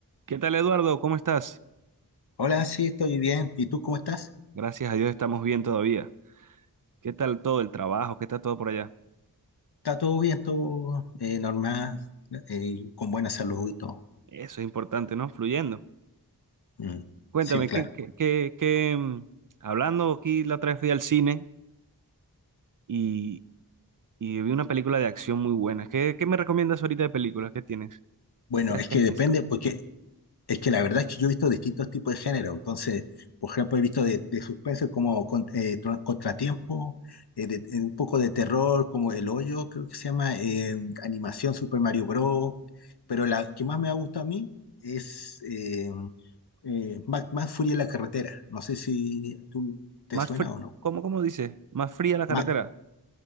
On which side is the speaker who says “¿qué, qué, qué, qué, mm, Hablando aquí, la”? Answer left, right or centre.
Right